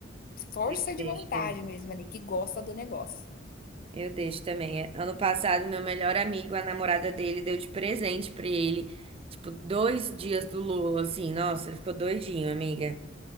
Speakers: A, on the left; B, on the right.
A: força
B: eu
A: de
B: deixo
A: vontade
B: também.
A: mesmo ali, que gosta do negócio.
B: Eu deixo também. é. Ano passado, meu melhor amigo, a namorada dele, deu de presente pra ele, tipo, dois dias do Lula, assim. Nossa, ele ficou doidinho, amiga.